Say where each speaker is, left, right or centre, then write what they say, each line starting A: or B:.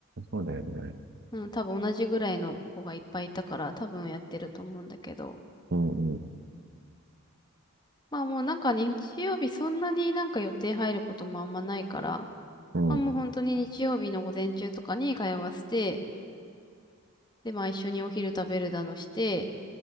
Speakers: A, on the right; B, on the left.
A: そうだよね。
B: うん、多分同じぐらいの子がいっぱいいたから、多分やってると思うんだけど。
A: うん、うん、
B: まあもうなんかね、日曜日そんなになんか予定入ることもあんまないから、
A: うん、
B: まあもう本当に日曜日の午前中とかに通わせて、でまあ一緒にお昼食べるだのして、